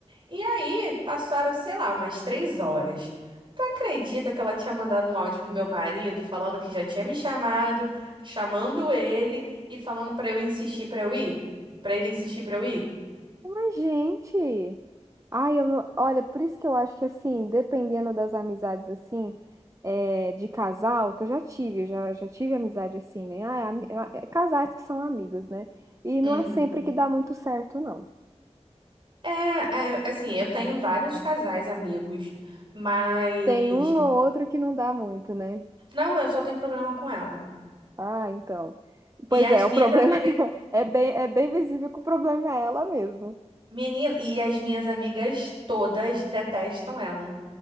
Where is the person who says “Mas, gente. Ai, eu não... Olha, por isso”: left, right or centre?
Right